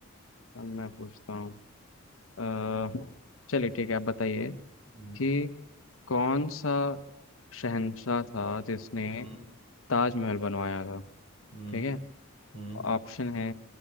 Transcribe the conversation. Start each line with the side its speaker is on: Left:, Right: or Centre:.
Left: अब मैं पूछता हूँ अ, चलिए ठीक है आप बताइए
Right: हम्म
Left: कि कौन सा शहंशाह था जिसने
Right: हम्म
Left: ताजमहल बनवाया था
Right: हम्म
Left: ठीक है
Right: हम्म
Left: ऑप्शन है